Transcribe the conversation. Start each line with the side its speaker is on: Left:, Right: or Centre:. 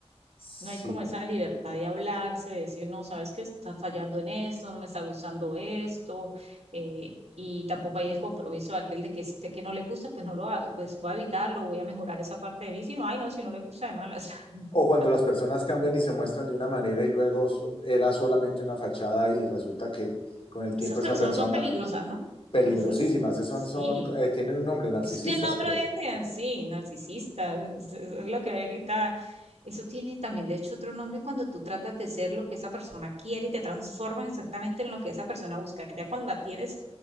Left: Sí.
Right: No hay como esa libertad de hablarse, de decir, no, sabes que estás fallando en esto, no me está gustando esto, eh, y tampoco hay el compromiso de aquel de que sé que no le gusta, pues no lo hago, pues voy a evitarlo, voy a mejorar esa parte de mí, si no, ay, no, si no le gusta de malas. <laughs>
Left: O cuando las personas cambian y se muestran de una manera y luego so- era solamente una fachada y resulta que con el tiempo
Right: Esas personas
Left: esa persona
Right: son peligrosas, ¿no?
Left: peligrosísimas,
Right: Eso es,
Left: esos
Right: sí.
Left: son, son, eh, tienen un nombre, narcisistas,
Right: Eso tiene nombre
Left: creo.
Right: hoy en día, sí, narcisista, es, es- es lo que hay ahorita. Eso tiene también, de hecho, otro nombre cuando tú tratas de ser lo que esa persona quiere y te transformas exactamente en lo que esa persona busca. Ya cuando la tienes,